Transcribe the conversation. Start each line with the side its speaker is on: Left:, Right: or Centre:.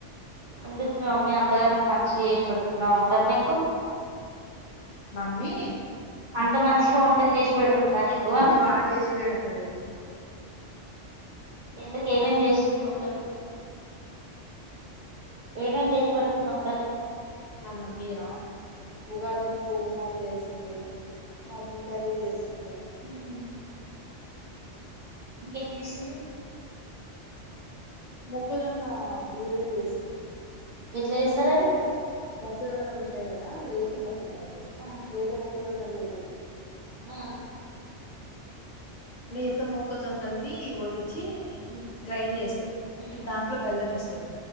Right: ఎందుకు మీ మమ్మీ అంతగానం మంచిగా చేసి పెడుతుందా వంటలు నీకు
Left: మమ్మీ
Right: అంత మంచిగా వంటలు చేసి పెడుతుందా నీకు అంటున్న
Left: బాగా చేసి పెడుతది
Right: ఎందుకు ఏమేం చేసింది వంటలు ఏమేమి చేసి పెడుతుంది వంటలు
Left: మా మమ్మీయా ఉగాదికి పూర్ణాలు చేసింది మటన్ కర్రీ చేసిందిే
Right: హ్మ్ ఇంకేం చేసింది
Left: మొక్కజొన్న బూరెలు చేసింది
Right: ఎట్లా చేస్తారవి
Left: మొక్కుజోన్నలు ఉంటాయి కదా లేత మొక్కుజోన్నలు
Right: ఆ
Left: లేత మొక్కజోన్నలు
Right: ఆ
Left: లేత మొక్కజొన్నల్ని ఒలిచి
Right: హ్మ్
Left: గ్రైంన్ చేస్తారు
Right: హ్మ్
Left: దాంట్లో బెల్లం వేస్తారు